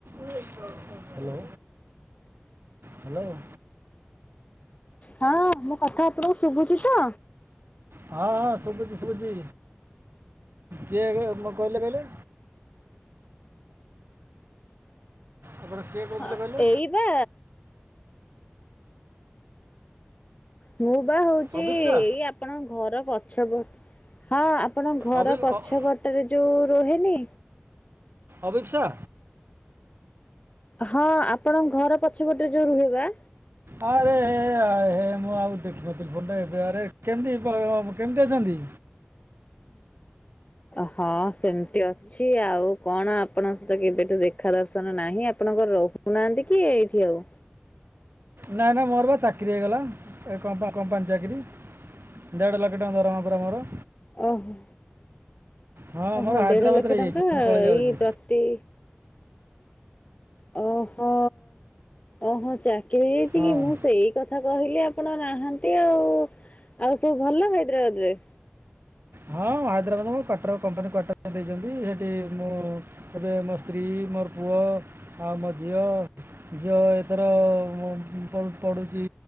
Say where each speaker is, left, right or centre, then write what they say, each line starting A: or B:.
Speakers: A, on the right (about 65°); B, on the left (about 35°).
A: Hello, hello!
B: ହଁ, ମୋ କଥା ଆପଣଙ୍କୁ ଶୁଭୁଛି ତ।
A: ହଁ, ହଁ, ଶୁଭୁଛି ଶୁଭୁଛି, କିଏ ମ କହିଲେ କହିଲେ। ଆପଣ କିଏ କହୁଥିଲେ
B: ହଁ,
A: କହିଲେ
B: ଏଇ ବା ମୁଁ ବା ହଉଛି,
A: ଅଭିପ୍ସା
B: ଏଇ ଆପଣଙ୍କ ଘର ପଛ ପଟ ହଁ, ଆପଣଙ୍କ ଘର
A: ଅଭି
B: ପଛ
A: ଅ-
B: ପଟରେ ଯୋଉ ରୁହେନି!
A: ଅଭିିପ୍ସା!
B: ହଁ, ଆପଣଙ୍କ ଘର ପଛପଟରେ ଯୋଉ ରୁହେବା!
A: ଆରେ ହେ, ଆ ହେ, ମୁଁ ଆଉ ଦେଖୁିନଥିଲି ଫୋନ୍ ଟା ଏବେ ଆରେ କେମିତି କେମିତି ଅଛନ୍ତି।
B: ହଁ ସେମିତି ଅ ଛି, ଆଉ କଣ ଆପଣଙ୍କ ସହିତ କେବେଠୁ ଦେଖା ଦର୍ଶନ ନାହିଁ। ଆପଣ କଣ ରହୁନାହାଁନ୍ତି କି ଏଇଠି ଆଉ।
A: ନାଁ, ନା ମୋର ବା ଚାକିରି ହେଇଗଲା। କମ୍ପା-କମ୍ପାନୀ ଚାକିରି। ଦେଢ଼ ଲକ୍ଷ ଟଙ୍କା ଦରମା ପରା ମୋର।
B: ଓହୋ!
A: ହଁ
B: ଓହୋ!
A: ମୋର ହାଇଦ୍ରାବାଦରେ
B: ଦେଢ ଲକ୍ଷ
A: ହେଇଯାଇଛି
B: ଟଙ୍କା-ଆ
A: ମୁଁ ପଳେଇ ଯାଉଛି
B: ଏଇ ପ୍ରତି ଓହୋ! ଓହୋ! ଚାକିରି ହେଇଯାଇଚି
A: ହଁ
B: କି, ମୁଁ ସେଇ କଥ୍ କଥା କହିଲି ଆପଣ ନାହାଁନ୍ତି ଆଉ। ଆଉ ସବୁ ଭଲ ହାଇଦ୍ରାବାଦ ରେ?
A: ହଁ, ହାଇଦ୍ରାବାଦ୍ ମୋ କ୍ୱାର୍ଟର କମ୍ପାନୀ କ୍ୱାର୍ଟର ଦେଇଛନ୍ତି, ହେଠି ମୁଁ ଏବେ ମୋ ସ୍ତ୍ରୀ, ମୋର, ପୁଅ, ମୋ ଝିଅ ଝିଅ ଏଥର-ଅ ମ ପ-ପଡୁଛି